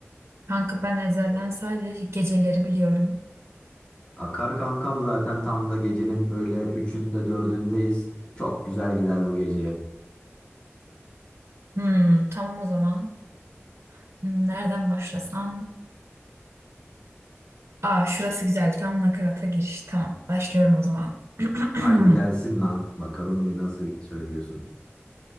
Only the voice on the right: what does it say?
Kanka ben Ezelden sadece geceleri biliyorum.
Hmm, tamam o zaman. Hmm, Nereden başlasam? Aa şurası güzel. Tam nakarata giriş. Tamam. Başlıyorum o zaman. <clears throat>